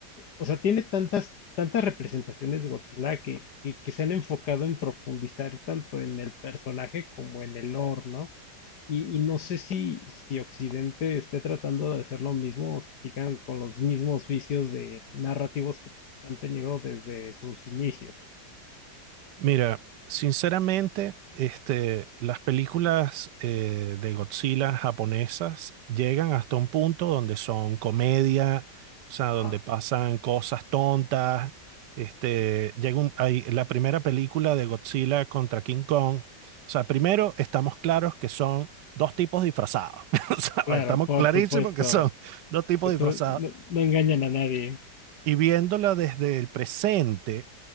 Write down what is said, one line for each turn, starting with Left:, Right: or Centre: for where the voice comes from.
Left: o sea, tiene tantas, tantas representaciones Godzilla que, que, que se han enfocado en profundizar tanto en el personaje como en el lore, ¿no? Y, y no sé si, si Occidente esté tratando de hacer lo mismo o si sigan con los mismos vicios de narrativos que han tenido desde sus inicios.
Right: Mira, sinceramente, este, las películas eh, de Godzilla japonesas llegan hasta un punto donde son comedia, o sea, donde
Left: Ajá.
Right: pasan cosas tontas. Este, llega un- hay, la primera película de Godzilla contra King Kong. O sea, primero estamos claros que son dos tipos disfrazados. <laughs> O sea,
Left: Claro,
Right: estamos
Left: por
Right: clarísimos
Left: supuesto.
Right: que son dos tipos
Left: Eso
Right: disfrazados.
Left: no, no engañan a nadie.
Right: Y viéndola desde el presente